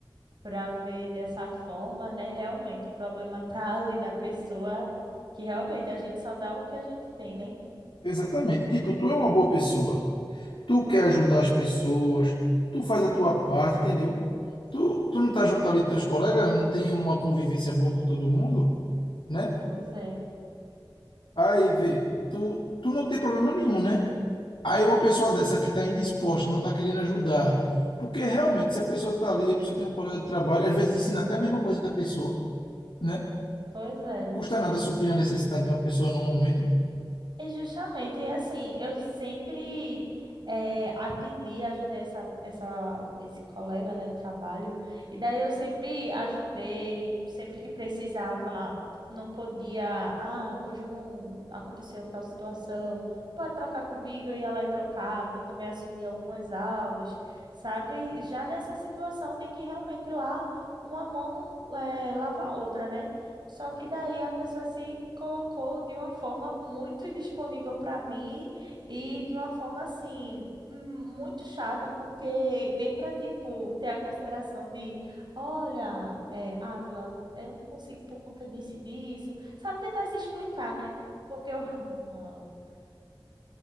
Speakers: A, on the right; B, on the left.
A: pra ver dessa forma, né? Realmente, o problema tá ali na pessoa, que realmente a gente só dá o que a gente tem, né?
B: exatamente. Tipo, tu é uma boa pessoa, tu
A: Uhum.
B: quer ajudar as pessoas, tu faz a tua parte, entendeu? Tu, tu não tá junto ali dos teus colegas, não tem uma convivência boa com todo mundo, né?
A: Pois é,
B: Aí, vê, tu, tu não tem problema nenhum, né? Aí uma pessoa dessa que está indisposta, não está querendo ajudar. Porque realmente, se a pessoa está ali, a pessoa tem um colega de trabalho, às vezes ensina até a mesma coisa que a pessoa, né?
A: pois é.
B: Custa nada suprir a necessidade de uma pessoa num momento.
A: E justamente, e assim, eu sempre eh, atendi, ajudei essa, essa, esse colega, né, de trabalho, e daí eu sempre ajudei, sempre que precisava, não podia, ah, hoje eu não aconteceu tal situação, tu pode trocar comigo, eu ia lá e trocava, eu também assumi algumas aulas, sabe? Já nessa situação de que realmente lá uma mão eh, lava a outra, né? Só que daí a pessoa se colocou de uma forma muito indisponível para mim e de uma forma assim muito chata, porque nem para tipo ter a consideração de, olha, é, Ávila, eu não consigo por conta disso e disso, sabe tentar se explicar, né? Porque eu, <laughs>